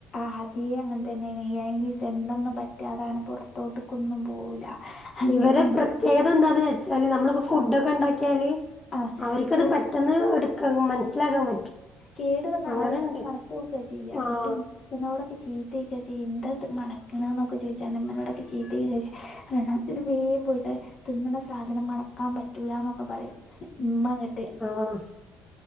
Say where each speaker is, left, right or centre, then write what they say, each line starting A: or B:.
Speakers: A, on the left (about 45°); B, on the left (about 15°).
A: ആദ്യേ അങ്ങനെ തന്നേണ് ഈ അയ്നീ സെന്റൊന്നും പറ്റാതാണ് പൊറത്തോട്ട്ക്കൊന്നും പോവൂല. അങ്ങനെയാണ്
B: ഇവരെ പ്രത്യേകത എന്താന്ന് വെച്ചാല് നമ്മളിപ്പോ ഫുഡൊക്കെ
A: ആഹ്
B: ഒണ്ടാക്ക്യാല്
A: ആഹ്
B: അവർക്കത്
A: ചോ
B: പെട്ടെന്ന് എടുക്കാ മനസ്സിലാക്കാൻ പറ്റും
A: കേട് വന്നാ
B: അങ്ങനെണ്ട്
A: ആദ്യം തന്നെ മണത്തോക്കുവാ ചെയ്യാ അങ്ങട്ട്
B: ആഹ്
A: അനോടൊക്കെ ചീത്തയിക്കാ ചെയ്യാ എന്താ ഇത്ര മണക്കണ് എന്നൊക്കെ ചോദിച്ചാ മനോടൊക്കെ ചീത്തയായി എന്ന് ചോയിച്ചാ ഇത് വേഗം പോയിട്ട് തിന്നുന്ന സാധനം മണക്കാൻ പറ്റൂല എന്നൊക്കെ പറയും ഇമ്മാങ്ങാട്ട്
B: ആഹ്